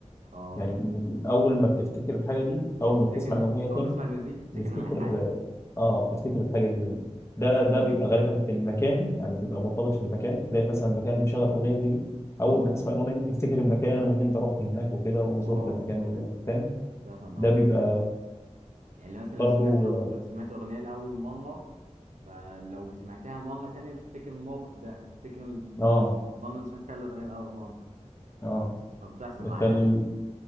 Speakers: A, on the right; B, on the left.
A: أه
B: يعني ب- اول ما بتفتكر الحاجه دي اول
A: فتفتكر
B: ما بتسمع الاغنيه تاني
A: أول ما تسمع المزيكا تفتكر
B: بتفتكر
A: على حاجة
B: اه بتفتكر الحاجه دي منين؟ ده ده بيبقى غالبا في المكان يعني بيبقى مرتبط في المكان تلاقي مثلا مكان مشغل اغنيه زي دي اول ما تسمع الاغنيه دي تفتكر المكان وان انت رحت هناك وكده وزرت
A: أه
B: المكان
A: أه
B: دي ده فاهم
A: بتحصل معايا
B: ده بيبقى
A: يعني مثلا
B: برضو
A: لو سمعت لو
B: اه
A: سمعت أغنية لأول مرة فلو سمعتها مرة تانية بتفتكر الموقف ده بتفتكر المرة
B: اه
A: اللي سمعت فيها الأغنية لأول مرة
B: آه.
A: فبتحصل معايا
B: فال